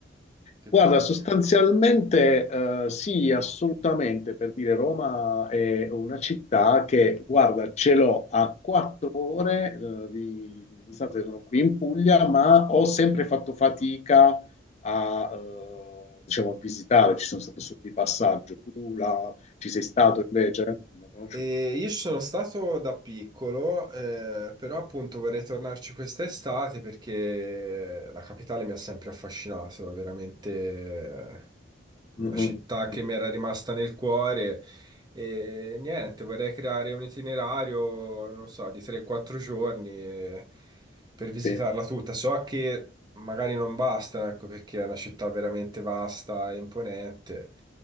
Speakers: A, on the right; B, on the left.
A: ti
B: Guarda,
A: potrebbe...
B: sostanzialmente eh, sì, assolutamente, per dire Roma è una città che, guarda, ce l'ho a quattro ore eh, di di distanza, sono qui in Puglia, ma ho sempre fatto fatica a, eh, diciamo, a visitare, ci sono stato solo di passaggio. Tu la- ci sei stato invece? La conosci
A: E
B: un po'?
A: io ci sono stato da piccolo, eh, però appunto vorrei tornarci quest'estate perché la capitale mi ha sempre affascinato, è veramente eh,
B: Mm,
A: una città
B: mm, mm,
A: che mi era rimasta nel cuore e niente, vorrei creare un itinerario, non lo so, di 3-4 giorni eh, per visitarla
B: sì.
A: tutta. So che magari non basta, ecco, perché è una città veramente vasta e imponente,